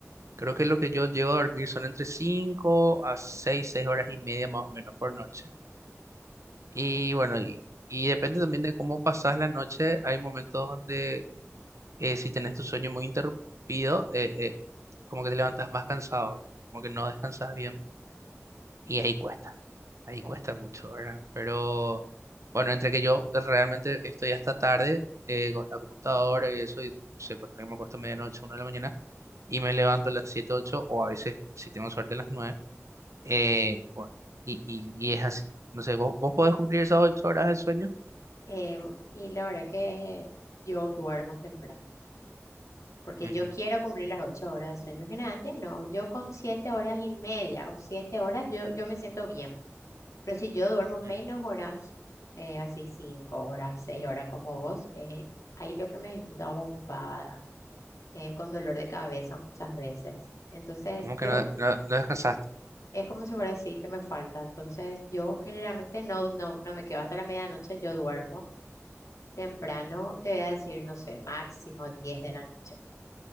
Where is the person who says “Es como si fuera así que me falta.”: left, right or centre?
Left